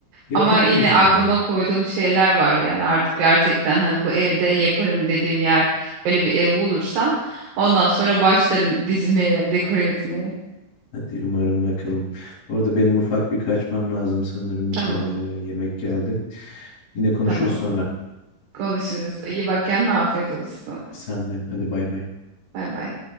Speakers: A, on the left (about 50°); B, on the right (about 60°).
A: Yapabiliyorsun
B: Ama yine aklıma
A: ya.
B: koyduğum şeyler var. Yani artık gerçekten hani bu evde yaparım dediğim yer öyle bir ev bulursam ondan sonra başlarım <laughs> dizmeye, dekore etmeye.
A: Hadi umarım bakalım. Bu arada benim ufak bir kaçmam lazım sanırım.
B: Tamam,
A: Ee, yemek geldi. Yine konuşuruz
B: tamam.
A: sonra.
B: Konuşuruz. İyi bak kendine afiyet olsun.
A: Sen de. Hadi bay bay.
B: Bay bay.